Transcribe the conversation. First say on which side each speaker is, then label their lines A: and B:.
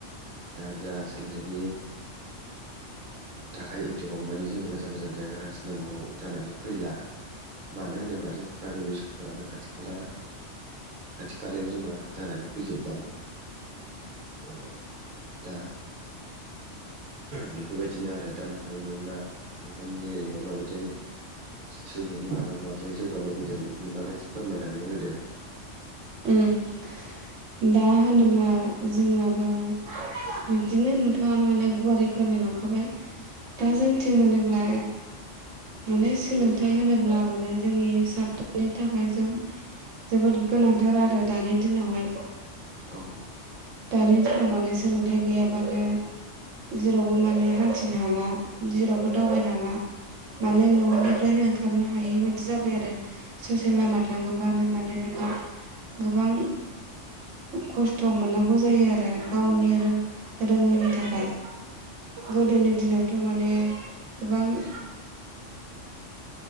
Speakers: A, on the right; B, on the right.
A: दा जा सोंलोंथायनि थाखाय एथबांमानि जोङो गोजान गोजान जायगा हान्थिनांगौ जानानै फैला मानो होनोब्ला जोंहा प्राइभेट स्कुलफोरानो खाथि खाला। खाथि खालायाव जोंहा जानानै फैजोबबाय। औ दा। बेफोरबायदिनो आरो दा नोंथांमोना नोंथांमोननि एरियायावहाय माबायदि सोलोंथाइनि बागै मादि जौगानाय फैदों बेफोरनि बागै फोरमायनानै होदो।
B: उम दा होनोब्ला जोंनाबो बिदिनो नोंथाङानो माने गुवारै फोरमायलांखाबाय। दा जोंथिं होनोब्ला माने सोलोंथाइ होनोब्ला माने जोंनि साफ्रोमनि थाखाय जोबोर जोबोद गोनांथार आरो दानि दिनावहाय
A: औ
B: दानि दिनाव माने सोलोंथाइ गैयाबानो जेरावबो माने हान्थिनो हाला जेरावबो दावबायनो हाला माने न'निफ्रायनो ओंखारनो हायि बायदि जाबाय आरो ससे लामा थाङोब्लानो माने नोङो गोबां खस्थ' मोननांगौ जायो आरो गावनि रो रोङैनि थाखाय गोदोनि दिनावथ' माने गोबां <inaudible>